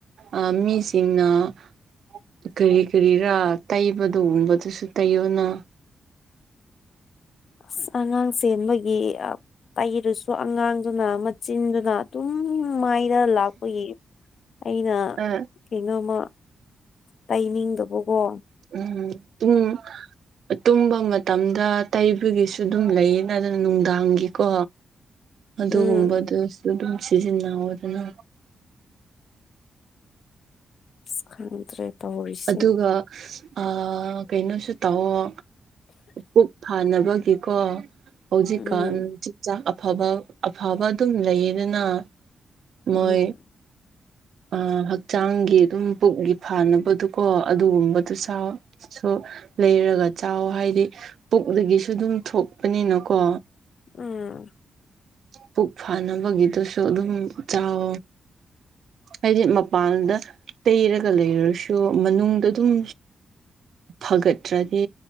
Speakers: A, on the right; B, on the left.
A: ꯑ ꯃꯤꯁꯤꯡꯅ ꯀꯔꯤ ꯀꯔꯤꯔꯥ ꯇꯩꯕꯗꯨꯒꯨꯝꯕꯗꯨꯁꯨ ꯇꯩꯌꯣꯅ
B: ꯑꯁ ꯑꯉꯥꯡ ꯆꯦꯟꯕꯒꯤ ꯑꯥ ꯄꯩꯔꯁꯨ ꯑꯉꯥꯡꯗꯨꯅ ꯃꯆꯤꯟꯗꯨꯅ ꯑꯗꯨꯝ ꯃꯥꯏ ꯅ ꯂꯥꯛꯄꯒꯤ ꯑꯩꯅ
A: ꯑ
B: ꯀꯩꯅꯣꯝꯃ ꯇꯩꯅꯤꯡꯗꯧꯕꯀꯣ
A: ꯎꯝ ꯄꯨꯡ ꯑꯇꯨꯝꯕ ꯃꯇꯝꯗ ꯇꯩꯕꯒꯤꯁꯨ ꯑꯗꯨꯝ ꯂꯩꯌꯦꯅ ꯑꯗꯨꯅ ꯅꯨꯡꯗꯥꯡꯒꯤꯀꯣ ꯑꯗꯨꯒꯨꯝꯕꯗꯨꯁꯨ
B: ꯎꯝ
A: ꯑꯗꯨꯝ ꯁꯤꯖꯤꯟꯅꯧꯗꯅ
B: ꯑꯁ ꯈꯪꯗ꯭ꯔꯦ ꯇꯧꯔꯤꯁꯦ
A: ꯑꯗꯨꯒ ꯑ ꯀꯩꯅꯣꯁꯨ ꯇꯧꯑꯣ ꯄꯨꯛ ꯐꯥꯅꯕꯒꯤ ꯀꯣ ꯍꯧꯖꯤꯛꯀꯥꯟ
B: ꯎꯝ
A: ꯆꯤꯟꯖꯥꯛ ꯑꯐꯕ ꯑꯐꯕ ꯑꯗꯨꯝ ꯂꯩꯌꯦꯗꯅ ꯃꯣꯏ
B: ꯎꯝ <unintelligible>
A: ꯑ ꯍꯛꯆꯥꯡꯒꯤ ꯑꯗꯨꯝ ꯄꯨꯛꯒꯤ ꯐꯅꯕꯗꯨꯀꯣ ꯑꯗꯨꯒꯨꯝꯕꯗꯨ ꯆꯥꯎ ꯁꯣ ꯂꯩꯔꯒ ꯆꯥꯎ ꯍꯥꯏꯗꯤ ꯄꯨꯛꯗꯒꯤꯁꯨ ꯑꯗꯨꯝ ꯊꯣꯛꯄꯅꯤꯅꯀꯣ
B: ꯎꯝ
A: ꯄꯨꯛ ꯐꯥꯅꯕꯒꯤꯗꯨꯁꯨ ꯑꯗꯨꯝ ꯆꯥꯎ ꯑꯩꯗꯤ ꯃꯄꯥꯟꯗ ꯇꯩꯔꯒ ꯂꯩꯔꯁꯨ ꯃꯅꯨꯡꯗ ꯑꯗꯨꯝ ꯐꯒꯠꯇ꯭ꯔꯗꯤ